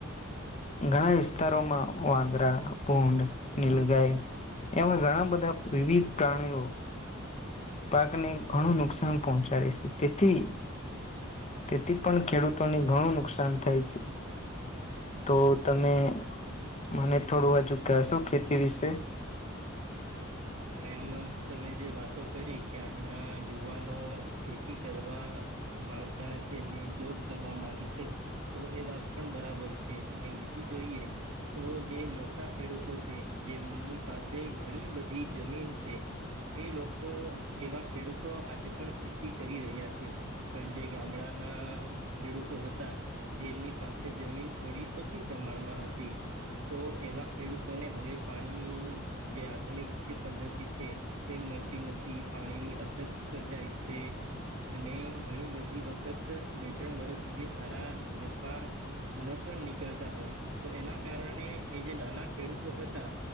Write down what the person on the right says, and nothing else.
એમ તમે જે વાતો કરી કે આજના યુવાનો ખેતી કરવા માંગતા નથી, અને જોબ કરવા માંગે છે તો એ વાત પણ બરાબર છે. અને બીજી જોઈએ તો જે મોટા ખેડૂતો છે, જેમની પાસે ઘણી બધી જમીન છે એ લોકો એવા ખેડૂતો આજે પણ ખેતી કરી રહ્યા છે. પણ જે ગામડાના ખેડૂતો હતા જેમની પાસે જમીન થોડી ઓછી પ્રમાણમાં હતી તો એવા ખેડૂતોને હવે પાણીની જે આધુનિક જે પદ્ધતિ છે તે મળતી નથી, પાણીની અછત સર્જાય છે અને ઘણી બધી વખત બે-ત્રણ વર્ષ સુધી સારા નફા ન પણ નીકળતા હોય, તો એના કારણે એ જે નાના ખેડૂતો હતા